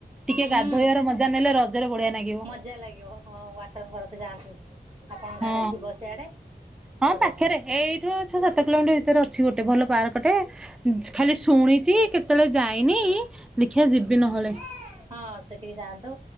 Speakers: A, in the centre; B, on the right (about 25°).
A: ଟିକେ
B: ହୁଁ
A: ଗାଧୋଇବାର ମଜା ନେଲେ ରଜରେ ବଢିଆ ଲାଗିବ
B: ମଜା ଲାଗିବ ହଁ ୱାଟର ପାର୍କ ଯାଆନ୍ତୁ ଆପଣଙ୍କ
A: ହଁ।
B: ଆଡେ ଥିବ ସିଆଡେ
A: ହଁ
B: ଭଲ
A: ପାଖରେ
B: ହୁଅନ୍ତା
A: ଏଇଠୁ ଛଅ ସାତ କିଲୋମିଟର ଭିତରେ ଅଛି ଗୋଟେ ଭଲ ପାର୍କଟେ ଖାଲି ଶୁଣିଛି କେତେବେଳେ ଯାଇନି ଦେଖିବା
B: ହୁଁ
A: ଯିବି ନହେଲେ।
B: ହଁ ସେ ଟିକେ ଯାଆନ୍ତୁ